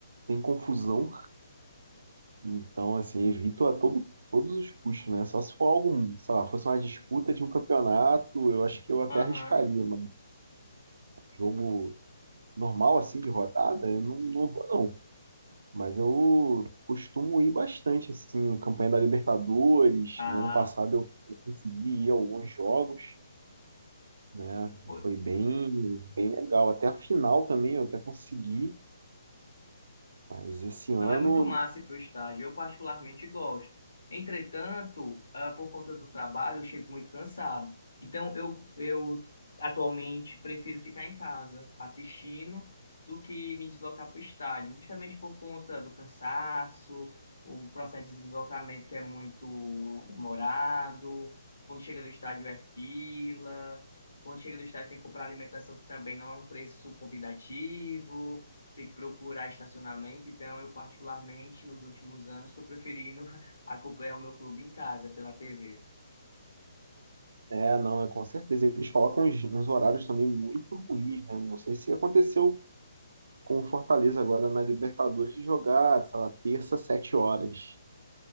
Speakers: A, on the right; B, on the left.
A: tem confusão. Então, assim, evito a todo, todos os custos, né? Só se for algum, sei lá, fosse uma disputa de um campeonato, eu acho que eu até
B: Aham.
A: arriscaria, mas jogo normal, assim, de rodada, eu não, não vou, não. Mas eu costumo ir bastante, assim, campanha da Libertadores.
B: Ah,
A: No ano passado eu consegui ir a alguns jogos, né?
B: pô,
A: Foi bem, bem legal. Até a final também eu até consegui. Mas esse ano,
B: Não é muito massa ir para o estádio, eu particularmente gosto. Entretanto, ah, por conta do trabalho, eu chego muito cansado. Então, eu, eu atualmente prefiro ficar em casa assistindo do que me deslocar para o estádio, justamente por conta do cansaço, o processo de deslocamento que é muito demorado. Quando chega no estádio é fila, quando chega no estádio tem que comprar alimentação que também não é um preço convidativo ter que procurar estacionamento. Então, eu particularmente, nos últimos anos, estou preferindo <laughs> acompanhar o meu clube em casa, pela TV.
A: é, não, é com certeza. Eles colocam uns, uns horários também muito ruins, né? Não sei se aconteceu com o Fortaleza agora na Libertadores de jogar, sei lá, terça, sete horas.